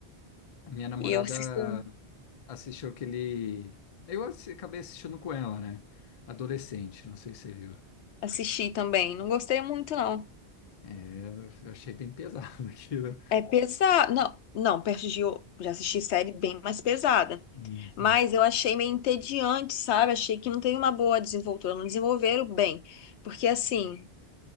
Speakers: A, on the left (about 50°); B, on the left (about 80°).
A: A minha namorada
B: E eu assisto,
A: assistiu aquele. Eu assi- acabei assistindo com ela, né? Adolescente, não sei se você viu.
B: assisti também. Não gostei muito, não.
A: Eu eu achei bem pesado <laughs> aquilo.
B: É pesado. Não, não, perto de. o- Já assisti série bem mais pesada.
A: Uhum.
B: Mas eu achei meio entediante, sabe? Achei que não teve uma boa desenvoltura. Não desenvolveram bem. Porque, assim,